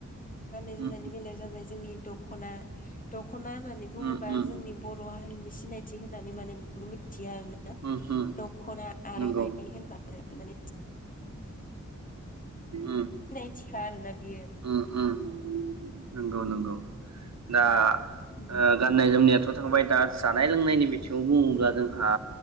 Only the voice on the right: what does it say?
उम
उम उम
उम उम
नंगौ
उम
उम उम नोंगौ नोंगौ दा
ओ गाननाय जोमनायाथ थांबाय दा जानाय लोंनायनि बिथिं खौ बुङोब्ला
जोंहा